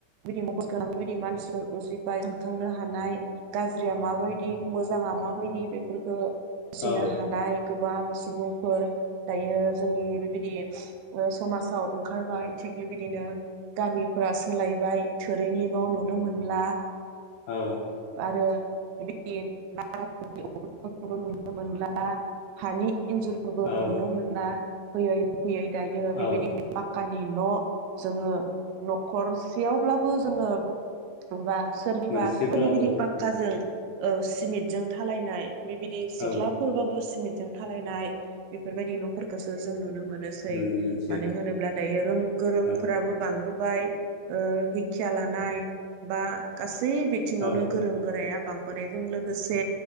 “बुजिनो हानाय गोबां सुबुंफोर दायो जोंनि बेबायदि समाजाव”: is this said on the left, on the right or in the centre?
Right